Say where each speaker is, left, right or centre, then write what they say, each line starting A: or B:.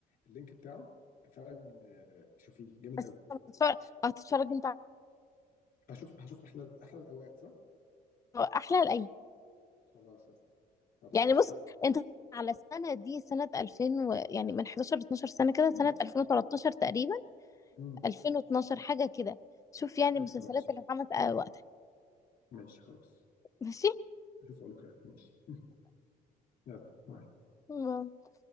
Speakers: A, on the left; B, on the left.
A: اللينك بتاعه فعلا آه، شوفيه جامد
B: بس
A: قوي
B: هتتفرج هتتفرج انت على
A: هشوف هشوف احلى احلى الاوقات صح؟
B: احلى الايام
A: خلاص قشطة. خلاص
B: يعني
A: قشطة
B: بص انت على السنه دي سنه 2000 و... يعني من 11 ل 12 سنه كده
A: ماشي
B: سنه 2013
A: خلاص
B: تقريبا
A: امم
B: 2012 حاجه كده شوف يعني
A: قشطة
B: المسلسلات
A: ماشي
B: اللي اتعملت آه، وقتها
A: ماشي خلاص
B: ماشي
A: اشوف اقول لك رأيك ماشي <laughs> يلا باي
B: اتفقنا